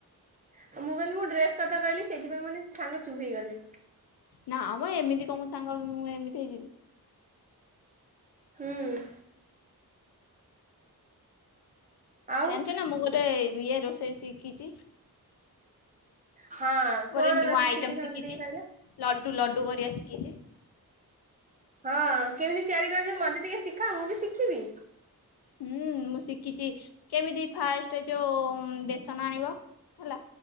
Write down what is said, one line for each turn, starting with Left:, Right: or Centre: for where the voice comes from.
Right: ଆଉ ମୁଁ କହିଲି ମୁଁ ଡ୍ରେସ୍ କଥା କହିଲି ସେଇଥିପାଇଁ ବୋଧେ ସାଙ୍ଗ ଚୁପ୍ ହେଇଗଲେ।
Left: ନା ମ ଏମିତି କଁ ମୁଁ ସାଙ୍ଗ ମୁଁ ଏମିତି ହେଇଯିବି।
Right: ହୁଁ ହୁଁ। ଆଉ
Left: ଜାଣିଛ ନା ମୁଁ ଗୋଟେ ଇଏ ରୋଷେଇ ଶିଖିଛି।
Right: ହଁ,
Left: ଗୋଟେ
Right: କଣ
Left: ନୂଆ
Right: ରୋଷେଇ
Left: ଆଇଟମ
Right: ଶିଖିଛ
Left: ଶିଖିଛି।
Right: ମତେ ଟିକେ କଇଲ?
Left: ଲଡୁ ଲଡୁ କରିବା ଶିଖିଛି।
Right: ହଁ, କେମିତି ତିଆରି କରୁଚ? ମତେ ଟିକେ ଶିଖାଅ। ମୁଁ ବି ଶିଖିବି।
Left: ହୁଁ, ମୁଁ ଶିଖିଛି। କେମିତି ଫାଷ୍ଟ ଯୋଉ ବେସନ ଆଣିବ? ହେଲା।